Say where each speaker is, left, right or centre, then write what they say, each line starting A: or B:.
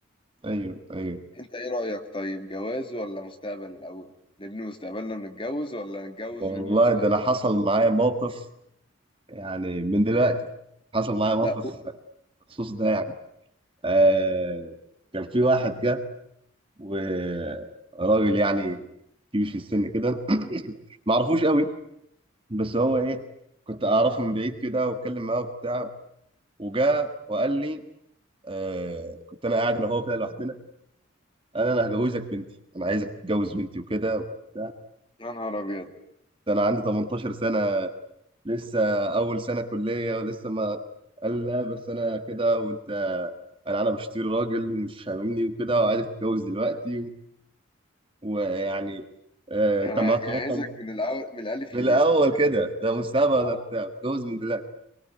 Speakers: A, on the right; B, on the left.
A: ايوه ايوه
B: انت ايه رأيك طيب جواز ولا مستقبل الاول نبني مستقبلنا ونتجوز ولا نتجوز
A: والله
B: ونبني مستقبلنا
A: ده انا حصل
B: سوا
A: معايا موقف يعني من دلوقتي حصل معايا موقف
B: لا أوف،
A: بخصوص ده يعني آه كان في واحد جه وراجل يعني كبير في السن كده <coughs> <clears throat> ما اعرفوش قوي بس هو ايه كنت اعرفه من بعيد كده واتكلم معاه وبتاع وجا وقال لي آه كنت انا قاعد انا وهو كده لوحدنا قال انا هجوزك بنتي انا عايزك تتجوز بنتي وكده وبتاع
B: يا نهار ابيض
A: ده انا عندي 18 سنه لسه اول سنه كليه ولسه ما قال لا بس انا كده وانت انا انا بشتري راجل ومش هاممني وكده وعايزك تتجوز دلوقتي و- ويعني آه
B: كان
A: انت
B: هجهزك
A: معاك رقم
B: من الاول من الالف
A: من
B: للياء
A: الاول كده ده مستعبد
B: اه
A: ده بتاع اتجوز من دلوقتي